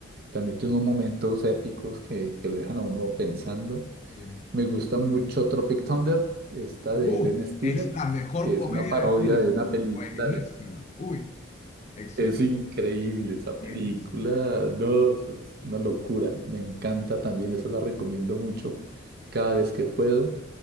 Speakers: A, on the right (about 50°); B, on the left (about 35°).
A: También tiene unos momentos épicos que, que lo dejan a uno pensando.
B: sí.
A: Me gusta mucho Tropic Thunder, esta
B: Uf,
A: de Ben Stiller,
B: es la mejor
A: que es
B: comedia
A: una parodia
B: de Hollywood.
A: de una película
B: Buenísima.
A: de...
B: Uy, excelente,
A: Es increíble esa
B: buenísima.
A: película, no, es es una locura. Me encanta también, esa la recomiendo mucho cada vez que puedo.